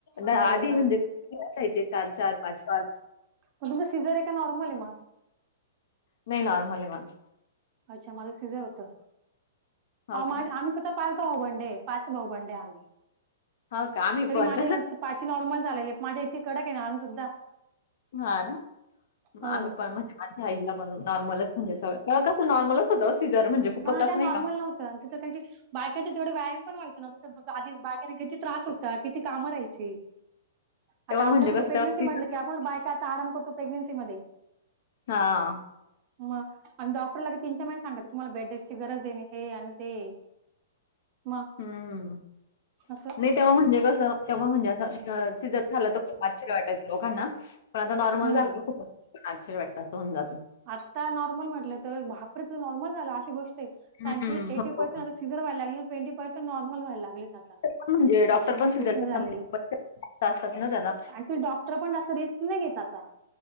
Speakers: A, on the left; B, on the right.
A: धा
B: हो
A: आधी
B: खरंच
A: म्हणजे, आसायचे चार चार पाच पाच.
B: प तुजं सीझरय का नॉर्मलय मग?
A: नाही नॉर्मलय माझं.
B: अच्छा, माझं सिझर होतं.
A: हो
B: माझ,
A: का?
B: आम्ही सुद्धा पाच भाऊबंडे, पाच भाऊबंडे आम्ही.
A: हो का आम्ही
B: तरी
A: पण.
B: माझ्या ला पाची नॉर्मल झालेली आहे, माझ्या इथे कडक आहे ना अजून सुद्धा.
A: हा ना,
B: हो
A: आही पण म्हणजे माझ आईलापण नॉर्मलच, मणजे स्व तेवा कसं नॉर्मलच होतं ओ, सीझर म्हणजे खूपच
B: हा त्या
A: असं नाही
B: नॉर्मल
A: का.
B: नव्हत्या तितं कारंकी बायकाचे तेवढे व्यायाम पण व्हायचं ना तस आधी बायकाने किती त्रास होता किती कामं राहायची. आता
A: तेव्हा
B: आपल्या
A: म्हणजे
B: कुठे
A: कसं
B: प्रेग्नेन्सी
A: तेव्हा सीझर
B: म्हटलं की आपण बायका आता आराम करतो प्रेग्नेनसी मध्ये.
A: हां.
B: मग आणि डॉक्टरला क तीन च्यार महिने सांगाता की तुम्हाला बेडरेस्टची गरज आहे हे आणि ते- मग
A: हम्म हम्म हम्मं.
B: असं
A: नाय तेव्हा म्हणजे कसं तेव्हा म्हणजे असं सीझर झालं तर खूप आश्चर्य वाटायचं लोकांना पण आता नॉर्मल
B: हम्म.
A: झालं कि खुप आश्चर्य वाटतं अस हुन जातं.
B: आत्ता नॉर्मल म्हटलं तर बापरे तुझ नॉर्मल झाला अशी गोष्ट कारण
A: हं,
B: की एटी
A: हो.
B: परर्सेंट आता सीझर व्हायला लागली ट्वेंटी पर्सेंट नॉर्मल व्हायला लागलेत आता.
A: हं म्हणजे डॉक्टर
B: अशी सिच्युएशन
A: पण सिझर <unintelligible>
B: झालेली.
A: <unintelligible> आसतात ना त्याजा.
B: ऍक्च्युली डॉक्टर पण जास्त रिस्क नाही घेत आता